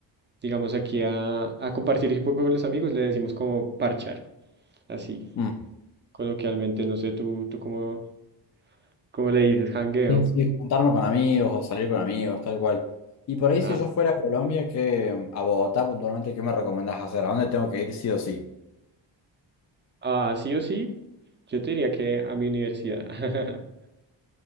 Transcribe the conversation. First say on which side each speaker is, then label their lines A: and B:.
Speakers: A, on the right; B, on the left.
A: digamos, aquí a, a compartir un poco con los amigos, le decimos como parchar, así,
B: Mm.
A: coloquialmente, no sé, tú, tú cómo, cómo le dices, jangueo.
B: Sí, sí, juntarme con amigos o salir con amigos, tal cual. Y por ahí,
A: Ah,
B: si yo fuera a Colombia, que a Bogotá puntualmente, ¿qué me recomendás hacer? ¿A dónde tengo que ir sí o sí?
A: ah, sí o sí, yo te diría que a mi universidad. <laughs>